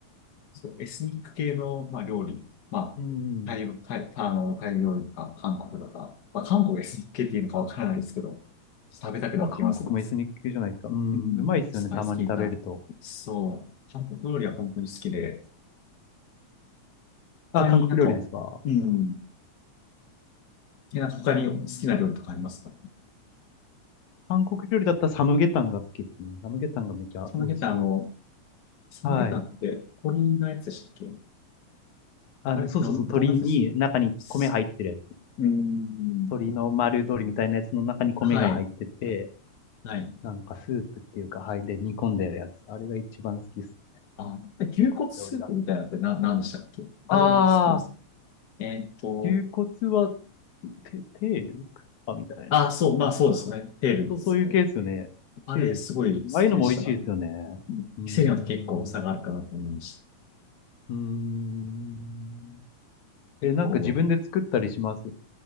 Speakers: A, on the left (about 55°); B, on the left (about 75°).
A: そう、エスニック系の、まあ、料理。まあ、
B: うん。
A: タイ、タイ、あの、タイ料理か、韓国とか、まあ、韓国エスニック系っていうのかわからないですけど、食べたくなってきます。
B: まあ、韓国もエスニック系じゃないですか。うん。
A: うん。
B: うまいですよね、
A: スパイス効いた。
B: たまに食べると。
A: そう。韓国料理は本当に好きで、
B: あ、
A: 他になんか、
B: 韓国料理ですか。
A: うん。え、なんか他に好きな料理とかありますか
B: うん。韓国料理だったらサムゲタンが好きですね。サムゲタンがめちゃ美味しい。
A: サムゲタン、あの、サムゲタンって鳥のやつでしたっけ
B: はい。あの、
A: あれ、どん、
B: そうそうそう、鶏に中に米入ってるやつ。
A: どんなやつでしたすうーん。
B: 鶏の丸鶏みたいなやつの中に米が入ってて、
A: はい。はい。
B: なんかスープっていうか、はい、で煮込んでやるやつ。あれが一番好きですね。
A: あ、牛骨スープみたいなのってな、
B: 韓国料理だと。
A: 何でしたっけあれ僕好きです。
B: ああ。
A: えーっと、
B: 牛骨は、テ、テールあ、みたいな。
A: あ、そう、まあそうですね。
B: テールそうか
A: テールですね。
B: そう、そういう系ですよね。
A: あれすごい好きでした。
B: テールですね。ああいうのも美味しいですよね。うーん。
A: 店によって結構差があるかなと思いまし
B: うーん。
A: た。
B: え、
A: 結構、
B: なんか自分で作ったりします